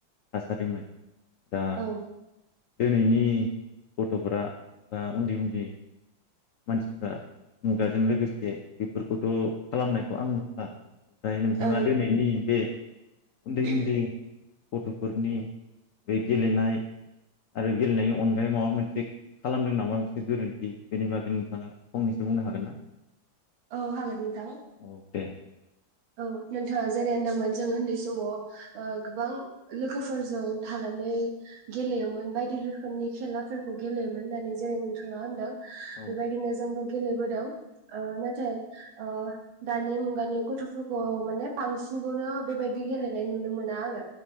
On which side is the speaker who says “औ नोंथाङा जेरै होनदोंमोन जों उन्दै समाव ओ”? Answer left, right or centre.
Right